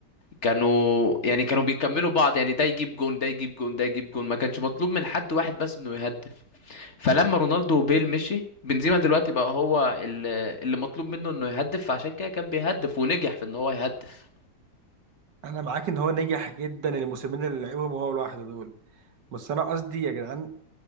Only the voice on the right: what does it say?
انا معاك ان هو نجح جدا الموسمين اللي لعبهم هو لوحده دول بس انا قصدي يا جدعان